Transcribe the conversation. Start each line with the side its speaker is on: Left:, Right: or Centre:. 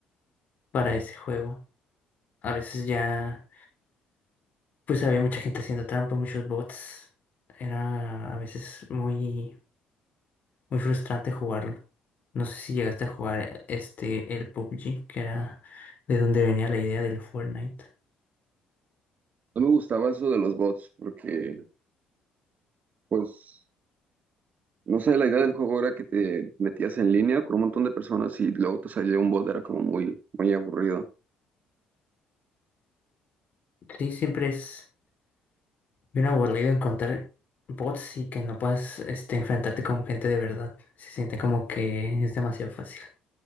Left: para ese juego. A veces ya, pues había mucha gente haciendo trampa, muchos bots. Era a veces muy, muy frustrante jugarlo. No sé si llegaste a jugar este, el PUBG, que era de donde venía la idea del Fortnite.
Right: No me gustaba eso de los bots, porque pues, no sé, la idea del juego era que te metías en línea con un montón de personas y luego te salía un bot, era como muy, muy aburrido.
Left: Sí, siempre es bien aburrido encontrar bots y que no puedas este, enfrentarte con gente de verdad. Se siente como que es demasiado fácil.